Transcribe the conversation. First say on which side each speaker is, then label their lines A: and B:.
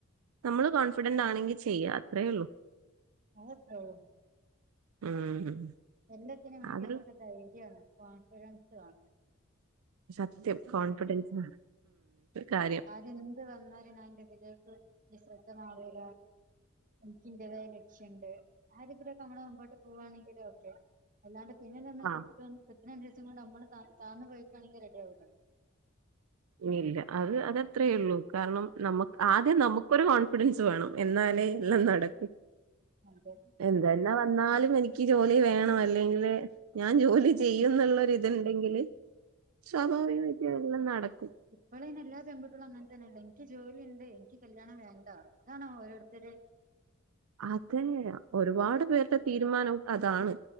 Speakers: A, on the right (about 85°); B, on the right (about 40°).
A: നമ്മള് കോൺഫിഡന്റ് ആണെങ്കിൽ ചെയ്യുക അത്രയേ ഉള്ളൂ.
B: അങ്ങേതാ
A: ഉം
B: എല്ലാത്തിനും വേണ്ടി
A: അതിൽ
B: നമക്ക് ധൈര്യമാണ് കോൺഫിഡൻസണ്
A: സത്യം കോൺഫിഡൻസ് കാര്യം
B: ആര്ന്ത് വന്നാല എൻ്റെ ഇതിലേക്ക് വിശ്രദ്ധമാവുക. ഇന്കിന്റേതായ ലക്ഷ്യമുണ്ട് ആരിതിലൊക്കെ നമ്മടെ മുമ്പോട്ട് പോുവാണെങ്കിലും ഓക്കെ- അല്ലാണ്ട് പിന്നെ നിന്ന്ത്തിനണ്ട
A: ആ
B: വസം കൊണ്ട് നമ്മള് താന്നു പോയിക്കയാണെങ്കിൽ റെഡിയാവുലാ
A: ഇല്ല അത് അതത്രേ ഉള്ളൂ കാരണം നമുക്ക് ആദ്യം നമുക്ക് ഒരു കോൺഫിഡൻസ് വേണം എന്നാലേ എല്ലാം നടക്കു.
B: അതെ അതെ
A: എന്തന്നെ വന്നാലും എനിക്ക് ജോലി വേണം അല്ലെങ്കില്- ഞാൻ ജോലി ചെയ്യും എന്നുള്ളൊരിതുണ്ടെങ്കില് സ്വാഭാവിക വിദ്യ എല്ലാം നടക്കും
B: ഇപ്പള യ്ൻ എല്ലാ പെൺകുട്ടികളും അങ്ങനെ തന്നെയല്ല എനിക്ക് ജോലി ഉണ്ട് എനിക്ക് കല്യാണം വേണ്ട. ന്താണാവോ ഓരോരുത്തർ
A: അതെ ഒരുപാട് പേരുടെ തീരുമാനം അതാണ്